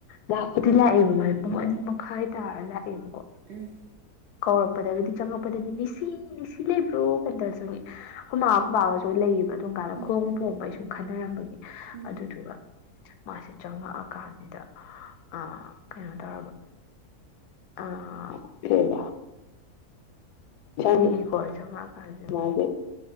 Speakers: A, on the left; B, on the right.
A: ꯂꯥꯛꯄꯗꯤ ꯂꯥꯛꯑꯦꯕ ꯃꯥꯒꯤ ꯄꯨꯡ ꯑꯅꯤ ꯃꯈꯥꯏ ꯇꯥꯔ ꯂꯥꯛꯑꯦꯕꯀꯣ
B: ꯎꯝ
A: ꯀꯧꯔꯛꯄꯗꯗꯒꯤꯗꯤ ꯆꯪꯉꯛꯄꯗꯗꯤ ꯅꯤꯁꯤ ꯅꯤꯁꯤ ꯂꯩꯕ꯭ꯔꯣ ꯀꯟꯗ ꯆꯪꯉꯦꯣꯏ ꯈꯨꯕꯥꯒꯁꯨ ꯂꯩꯌꯦꯕ ꯑꯗꯨꯝ ꯀꯥꯟꯗ
B: ꯎꯝ
A: ꯈꯣꯡꯕ
B: ꯎꯝ
A: ꯄꯣꯝꯕ ꯑꯩ ꯁꯨꯝ ꯈꯟꯅꯔꯝꯕꯒꯤ
B: ꯎꯝ
A: ꯑꯗꯨꯗꯨꯒ ꯃꯥꯁꯦ ꯆꯪꯉꯛꯑꯀꯥꯟꯁꯤꯗ ꯑ ꯀꯩꯅꯣ ꯇꯧꯔꯕ ꯑꯥ ꯆꯪꯉꯛꯏꯀꯣ ꯆꯪꯉꯛꯑꯀꯥꯟꯁꯤꯗ ꯃꯥꯁ